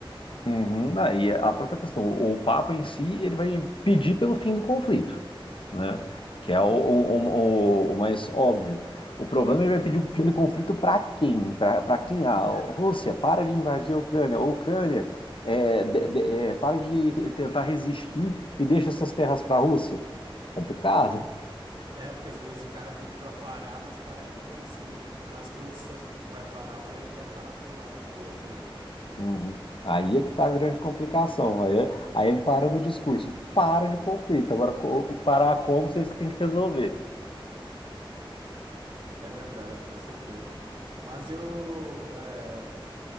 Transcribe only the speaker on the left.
Uhum, aí a própria questão, o, o Papa em si, ele vai pedir pelo fim do conflito. né? Que é o, o, o, o mais óbvio. O problema é
ele vai pedir o fim do conflito para quem? Para quem? A
Rússia, para de invadir a Ucrânia. A Ucrânia, é, de- de- é, para de tentar resistir e deixa essas terras para a Rússia. Complicado.
Uhum. Aí é que está a grande complicação. Aí, aí ele para no discurso, para de conflito. Agora, co- parar como vocês que têm que resolver.